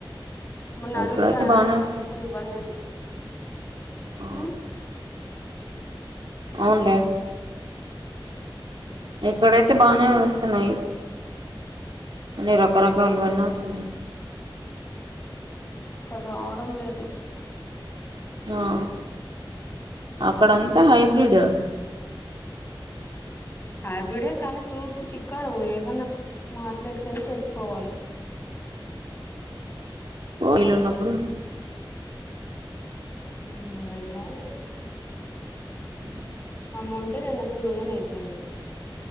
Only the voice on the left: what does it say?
మొన్న అడుగితే
అయంకుళివ్వలేదు
ఉమ్
ఇక్కడ రావడం లేదు
హాబిడే కానీ ఫ్రూట్స్ చిక్కాడు ఏవున్నా మార్కెట్కి వెళ్ళి తెచ్చుకోవాలి
బయట
ఊ వెళ్లాలే
అమౌంటు నిన్న టూ థౌసండ్ అయిపోయింది